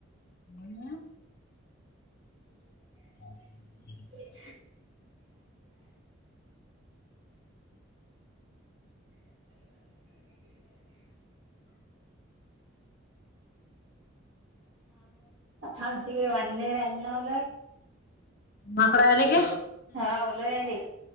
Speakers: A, on the left (about 45°); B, on the right (about 70°).
A: गेलया <inaudible>
B: -- <inaudible> -- <inaudible> आन आ वन <unintelligible> नऊ लाय.
A: माकड आले की
B: हा ओलो यायले‌